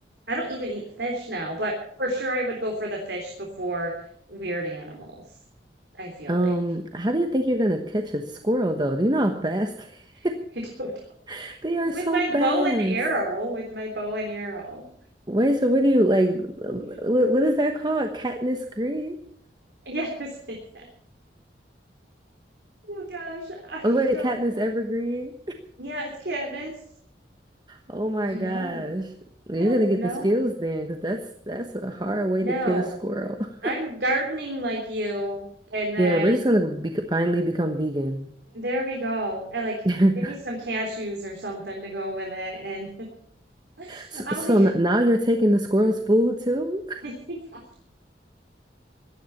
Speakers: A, on the right; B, on the right.
A: I don't even eat fish now, but for sure I would go for the fish before weird animals. I feel
B: Um,
A: like.
B: how do you think you're gonna catch a squirrel though? Do you know how fast?
A: <laughs>
B: <laughs>
A: I don't know.
B: They are
A: With
B: so
A: my bow
B: fast.
A: and arrow, with my bow and arrow.
B: Wait, so what do you like? What,
A: <laughs>
B: what is that called? Katniss Green?
A: Yes. <laughs> Oh gosh, I
B: Oh, wait,
A: don't
B: Katniss
A: know.
B: Evergreen?
A: Yeah, it's Candace.
B: Oh my
A: I
B: gosh.
A: know.
B: You're
A: I don't
B: gonna get
A: know.
B: the skills then, because that's that's a hard way
A: No,
B: to get a squirrel. <laughs>
A: I'm gardening like you. And then
B: Yeah, we're just gonna be, finally become vegan.
A: there we go. And like,
B: <laughs>
A: give me some cashews or something to go with it. And <laughs>
B: So,
A: I'll
B: so
A: be.
B: n- now you're taking the squirrel's food too?
A: <laughs>